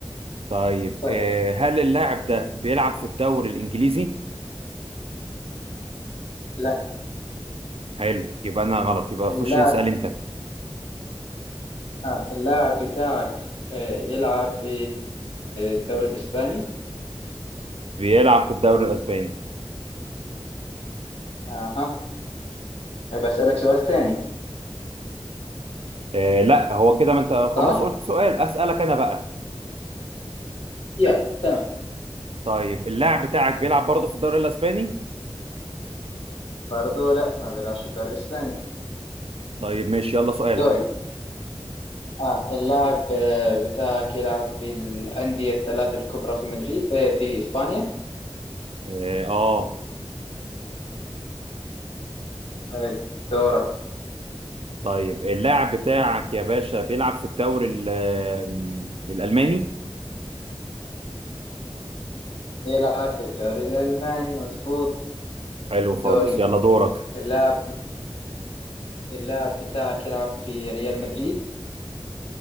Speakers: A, on the right (about 70°); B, on the left (about 85°).
A: طيب
B: طيب
A: آه هل اللاعب ده بيلعب في الدوري الانجليزي
B: لا
A: حلو يبقى انا غلط يبقى
B: اللاعب
A: خش اسال انت
B: آه اللاعب بتاعك آه يلعب في الدوري الإسباني
A: بيلعب في الدوري الاسباني
B: أها آه بسألك سؤال تاني
A: آه لا هو كده ما انت
B: صح؟
A: خلاص قلت سؤال اسالك انا بقى
B: يلا تمام
A: طيب اللاعب بتاعك بيلعب برضه في الدوري الاسباني
B: برضه لا ما بيلعبش في الدوري الإسباني
A: طيب ماشي يلا سؤالك
B: دوري آه اللاعب آه، بتاعك يلعب في الأندية الثلاث الكبرى في مدريد آه في إسبانيا
A: اه آه.
B: حلو دورك
A: طيب اللاعب بتاعك يا باشا بيلعب في الدوري ال- آه، الالماني
B: يلعب في الدوري الألماني مظبوط
A: حلو خالص
B: دوري
A: يلا دورك
B: اللاعب اللاعب بتاعك يلعب في ريال مدريد